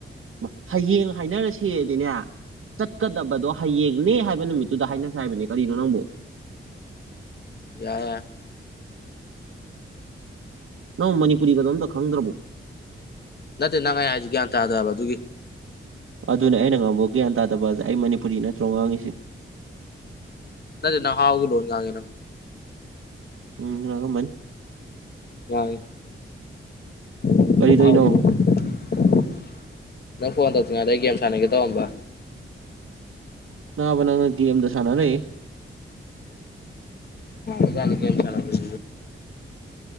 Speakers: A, on the right (about 90°); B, on the left (about 50°).
A: ꯃ ꯍꯌꯦꯡ ꯍꯥꯏꯅꯔꯁꯦꯗꯤꯅꯦ ꯆꯠꯀꯗꯕꯗꯣ ꯍꯌꯦꯡꯅꯦ ꯍꯥꯏꯕ ꯅꯨꯃꯤꯠꯇꯨꯗ ꯍꯥꯏꯅꯁꯦ ꯍꯥꯏꯕꯅꯦ ꯀꯔꯤꯅꯣ ꯅꯪꯕꯨ
B: ꯌꯥ ꯌꯥ
A: ꯅꯪ ꯃꯅꯤꯄꯨꯔꯤꯒꯗꯣ ꯑꯝꯇꯥ ꯈꯪꯗ꯭ꯔꯕꯣ
B: ꯅꯠꯇꯦ ꯅꯪ ꯍꯥꯏ <unintelligible> ꯒ꯭ꯌꯥꯟ ꯇꯥꯗꯕ ꯑꯗꯨꯒꯤ
A: ꯑꯗꯨꯅꯦ ꯑꯩꯅ ꯉꯥꯡꯕꯧ ꯒ꯭ꯌꯥꯟ ꯇꯥꯗꯕ ꯑꯖꯦ ꯑꯩ ꯃꯅꯤꯄꯨꯔꯤ ꯅꯠꯇ꯭ꯔꯣ ꯉꯥꯡꯉꯤꯁꯦ
B: ꯅꯠꯇꯦ ꯅꯪ ꯍꯥꯎꯒꯤ ꯂꯣꯟ ꯉꯥꯡꯉꯦ ꯅꯪ
A: ꯎꯝ ꯉꯥꯡꯉꯝꯃꯅꯤ
B: ꯉꯥꯡꯉꯤ <unintelligible>
A: ꯀꯔꯤꯗꯣꯏꯅꯣ
B: ꯅꯪ ꯐꯣꯟ ꯇꯧꯇ꯭ꯔꯤꯉꯩꯗ ꯑꯩ ꯒꯦꯝ ꯁꯥꯟꯅꯒꯦ ꯇꯧꯔꯝꯕ
A: ꯅꯥꯕ ꯅꯪꯅ ꯒꯦꯝꯗ ꯁꯥꯟꯅ ꯂꯩ
B: ꯍꯧꯖꯤꯛꯀꯥꯟꯗꯤ ꯒꯦꯝ <unintelligible>